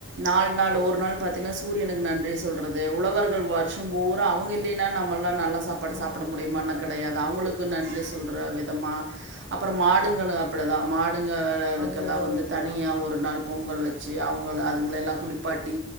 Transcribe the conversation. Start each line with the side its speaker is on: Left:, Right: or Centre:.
Right: நாள் நாள் ஒரு நாள் பாத்தீங்கன்னா சூரியனுக்கு நன்றி சொல் றது உழவர்கள்
Centre: ம்.
Right: வருஷம் பூர் அவுங்க இல்லைன்னா நம்மள் லா நல்ல சாப்பாடு
Centre: ஆமா,
Right: சாப்ட முடியுமான்னா
Centre: கண்டிப்பா,
Right: கெடையாது
Centre: கண்டிப்பா.
Right: அவுங்களுக்கு நன்றி சொல்ற விதமா அப்பறோ மாடுங்களு அப்டிதா மாடு ங்களுக்கெல்லா
Centre: அவங்கள கௌரவப்பட
Right: வந்து தனியா
Centre: ஆமா.
Right: ஒரு நாள் பொங்கல் வச் சி அவுங்கள அதுங்கள எல்லா குளிப்பாட்டி